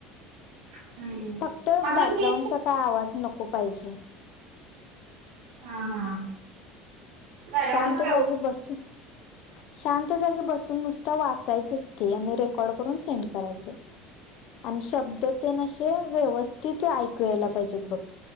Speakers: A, on the right; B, on the left.
A: हम्म
B: फक्त
A: अजून
B: बॅकग्राउंडचा
A: हे
B: काय आवाज नको पाहिजे.
A: हा हा बॅकग्राऊंडच
B: शांत
A: काय
B: जागी बस. शांत जागी बसून नुसतं वाचायचंच ते आणि रेकॉर्ड करून सेंड करायचं. आणि शब्द तेन असे व्यवस्थित ऐकू यायला पाहिजेत बघ.